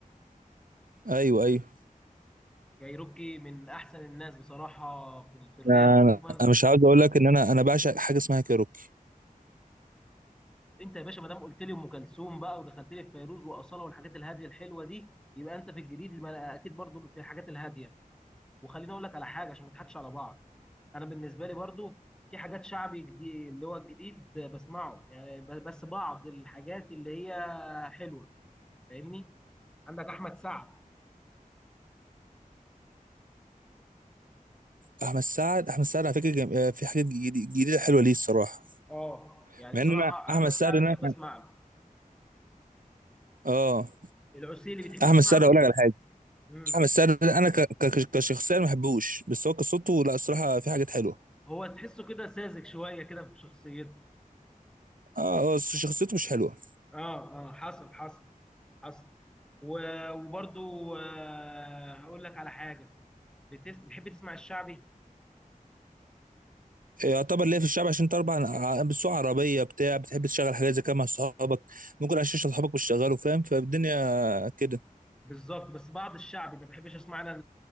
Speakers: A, on the right; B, in the centre.
A: أيوه أيوه
B: كايروكي من احسن الناس بصراحه في ال- في الراب
A: أنا
B: عموما
A: انا مش عاوز اقول لك ان انا انا بعشق حاجه اسمها كايروكي
B: انت يا باشا ما دام قلت لي ام كلثوم بقى ودخلت لي في فيروز واصاله والحاجات الهاديه الحلوه دي يبقى انت في الجديد ما- اكيد برضو في الحاجات الهاديه وخليني اقول لك على حاجه عشان ما نضحكش على بعض انا بالنسبه لي برضو في حاجات شعبي جديد اللي هو الجديد بسمعه يعني ب- بس بعض الحاجات اللي هي حلوه فاهمني عندك احمد سعد
A: احمد سعد احمد سعد على فكره جم... آه، في حاجات جديد- جديده حلوه ليه الصراحه
B: اه يعني
A: مع
B: بصراحه
A: ان انا احمد
B: احمد
A: سعد
B: سعد
A: انا
B: بحب اسمع له
A: اه
B: العسيلي بتحب
A: احمد
B: تسمع
A: سعد
B: له
A: اقول لك على حاجه
B: امم
A: آه، بس انا أنا ك- ك- كشخصيه ما بحبوش بس هو كصوته لا الصراحه في حاجات حلوه
B: هو تحسه كده ساذج شويه كده في شخصيته
A: اه هو شخصيته مش حلوه
B: اه اه حصل حصل حصل و- وبرضو آه هقول لك على حاجه بتس... بتحب تسمع الشعبي
A: آه، يعتبر ليه في الشعب عشان طبعا بتسوق عربيه بتاع بتحب تشغل حاجات زي كده مع اصحابك ممكن عشان اصحابك مش شغالوا فاهم فالدنيا كده
B: بالظبط بس بعض الشعبي ما بحبش اسمع انا